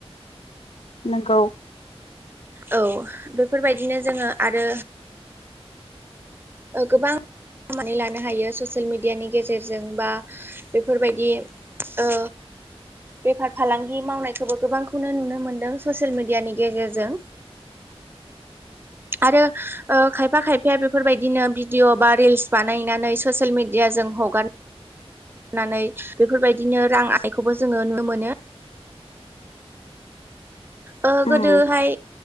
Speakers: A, on the left; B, on the right.
A: नोंगौ।
B: औ बेफोरबायदिनो जोङो आरो ओ गोबां <unintelligible> नानै लानो हायो ससियेल मिेडियानि गेजेरजों बा बेफोरबायदि ओ बेफार फालांगि मावनायखौबो गोबांखौनो नुनो मोनदों ससियेल मिडियानि गेजेरजों।
A: <inaudible>
B: आरो ओ खायफा खायफाया बेफोरबायदिनो भिडिअ बा रिल्स बानायनानै ससियेल मिडिया जों हगारनानै बेफोरबायदिनो रां आइखौबो जोङो नुनो मोनो। ओ
A: उम
B: गोदोहाय